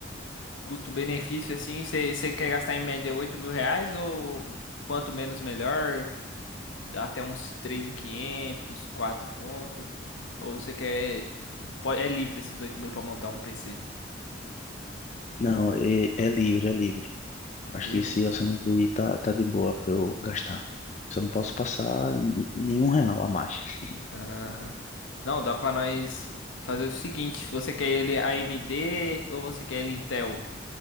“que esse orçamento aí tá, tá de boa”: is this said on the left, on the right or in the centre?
Left